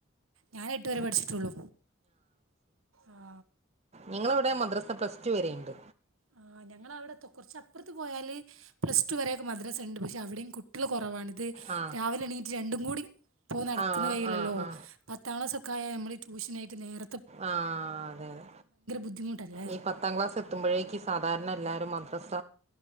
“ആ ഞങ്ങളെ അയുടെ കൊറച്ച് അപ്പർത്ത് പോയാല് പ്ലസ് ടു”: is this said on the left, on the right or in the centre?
Right